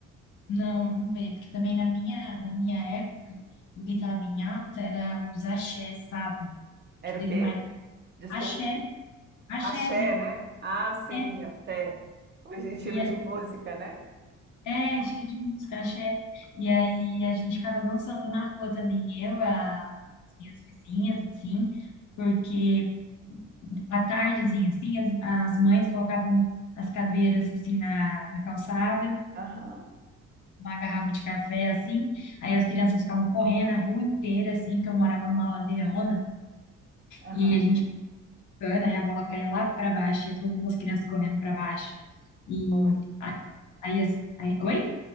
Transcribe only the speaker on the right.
Era
o quê?
Desculpa.
Axé,
né? Ah, sim,
axé. O estilo
de música, né?
Aham,
aham.
Olha,